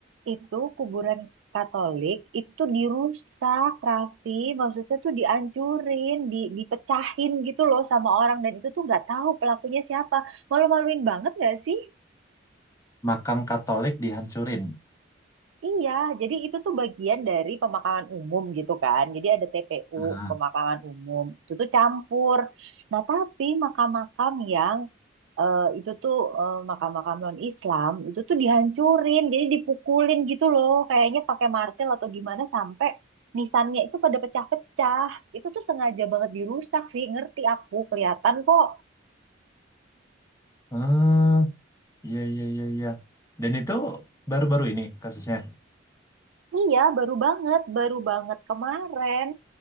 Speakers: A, on the right; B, on the left.
A: itu kuburan Katolik itu dirusak, Raffi. Maksudnya tuh dihancurin, di- dipecahin gitu loh sama orang. Dan itu tuh nggak tahu pelakunya siapa. Malu-maluin banget nggak sih?
B: Makam Katolik dihancurin.
A: Iya, jadi itu tuh bagian dari pemakaman umum gitu kan. Jadi ada TPU,
B: Aha.
A: pemakaman umum. Itu tuh campur. Nah, tapi makam-makam yang eh, itu tuh eh, makam-makam non-Islam, itu tuh dihancurin. Jadi dipukulin gitu loh. Kayaknya pakai martil atau gimana sampai nisannya itu pada pecah-pecah. Itu tuh sengaja banget dirusak, Vi. Ngerti aku, kelihatan kok.
B: Hmm, iya, iya, iya, iya. Dan itu baru-baru ini kasusnya.
A: Iya, baru banget, baru banget kemarin.